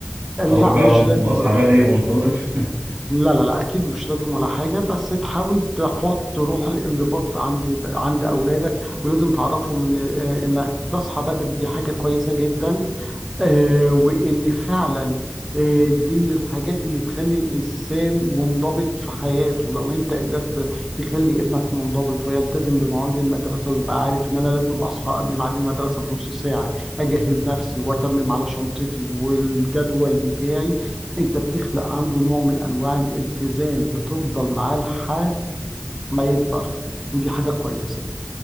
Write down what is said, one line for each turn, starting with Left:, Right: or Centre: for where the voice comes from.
Right: اروح
Centre: لا
Right: بقى
Centre: مش
Right: ون-
Centre: لازم
Right: واصحى
Centre: ولا
Right: بدري
Centre: حاجه
Right: وانتظم <laughs>
Centre: لا لا لا اكيد مش لازم ولا حاجه بس تحاول تحط روح الانضباط عند عند اولادك ولازم تعرفهم ان آه، انك تصحى بدري دي حاجه كويسه جدا آه، وإن فعلا آه، دي من الحاجات اللي تخلي الإنسان منضبط في حياته لو أنت قدرت تخلي ابنك منضبط ويلتزم بمواعيد المدرسة ويبقى عارف إن أنا لازم أصحى قبل ميعاد المدرسة بنص ساعة أجهز نفسي وأتمم على شنطتي والجدول بتاعي أنت بتخلق عنده نوع من أنواع الالتزام بتفضل معاه لحد ما يكبر ودي حاجة كويسة